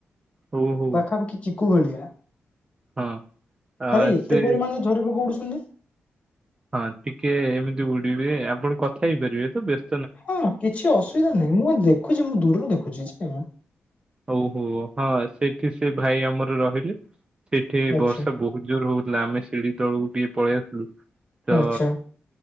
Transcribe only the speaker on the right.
ହଉ ହଉ
ହଁ ଆ
ସେ
ହଁ ଟିକେ ଏମିତି ଉଡିବେ ଆପଣ କଥା ହେଇପାରିବେ ତ ବେସ୍ତ
ଓହୋ ହଁ ସେଇଠି ସେ ଭାଇ ଆମର ରହିଲେ। ସେଠି
ବର୍ଷା ବୋହୁତ ଜୋରେ ହୋ ଉଥିଲା ଆମେ ସିଢି ତଳକୁ ବି ପଳେଇ ଆସିଲୁ ତ